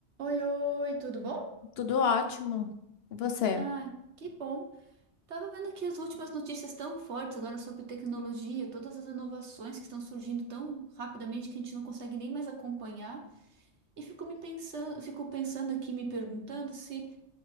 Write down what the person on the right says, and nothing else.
Oi, oi, tudo bom?
Ah, que bom. Tava vendo aqui as últimas notícias tão fortes agora sobre tecnologia, todas as inovações que estão surgindo tão rapidamente que a gente não consegue nem mais acompanhar. E fico me pensando, fico pensando aqui, me perguntando se